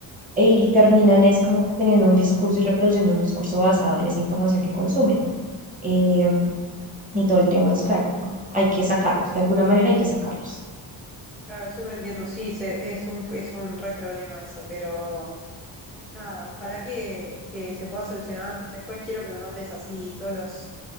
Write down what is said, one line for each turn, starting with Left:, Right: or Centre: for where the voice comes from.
Right: y terminan es como que teniendo un discurso y reproduciendo un discurso basado en esa información que consumen. Eh, y todo el tema es claro, hay que sacarlos, de alguna manera hay que sacarlos.
Centre: Claro, súper entiendo. Sí, se- es un, es un re problema eso, pero nada, ojalá que, que se pueda solucionar. Después quiero que me mandes así todos los,